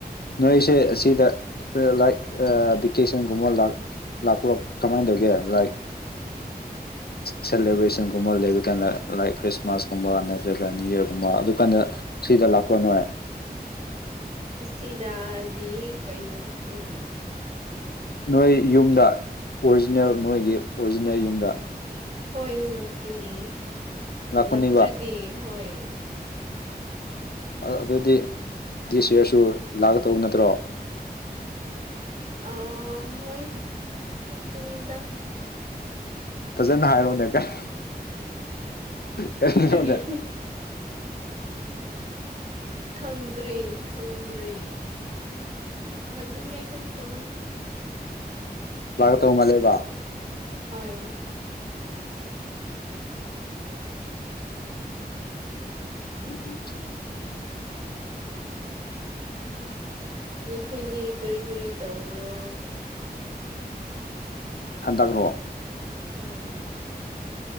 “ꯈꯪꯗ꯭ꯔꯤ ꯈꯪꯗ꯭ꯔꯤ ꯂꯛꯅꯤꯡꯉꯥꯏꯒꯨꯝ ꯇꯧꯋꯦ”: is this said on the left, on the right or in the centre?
Right